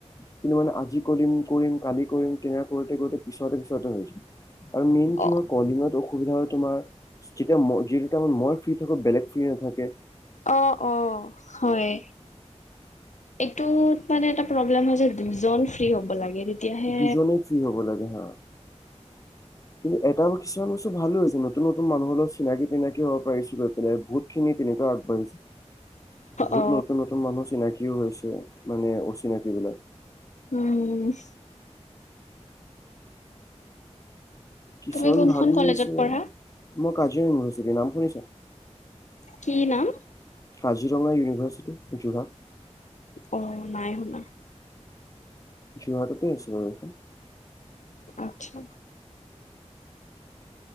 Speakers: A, on the left; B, on the left.
A: কিন্তু মানে আজি কৰিম কৰিম কালি কৰিম কে আৰু। সেই গতিকে পিছাওতে পিছাওতে হৈছে আৰু মেইন কি
B: অ
A: হয় কলিঙত অসুবিধা। সুবিধা হয় তোমাৰ যেতিয়া যিটো টাইমত মই ফ্ৰী। বেছিয়ে থাকে।
B: অ অ হয় এইটোত মানে এটা প্ৰব্লেম হয় যে। দুজন ফ্ৰী হ'ব লাগে। তেতিয়াহে
A: দুজনেই ফ্ৰী হ'ব লাগে হা। কিন্তু এটাও কিছুমান বস্তু ভালো হৈছে। নতুন-নতুন মানুহৰ লগত চিনাকি-তিনাকি হ'ব পিৰিছো গৈ পিনে, বহুতখিনি তেনেকুৱা আগবাঢ়িছে। বহুত
B: অ
A: নতুন-নতুন মানুহ চিনাকিও হৈছে, মানে অচিনাকী বিলাক।
B: উম'
A: কিছুমান
B: তুমি কোনখন
A: ভালো
B: কলেজত
A: হৈছে,
B: পঢ়া
A: মই কাজিয়া ইউনিভাৰচিটিৰ নাম শুনিছা?
B: কি নাম?
A: কাজিৰঙা ইউনিভাৰ্ছিটি যোৰহাট।
B: অ', নাই শুনা
A: যোৰহাটতেই আছে বাৰু এখন।
B: আচ্ছা।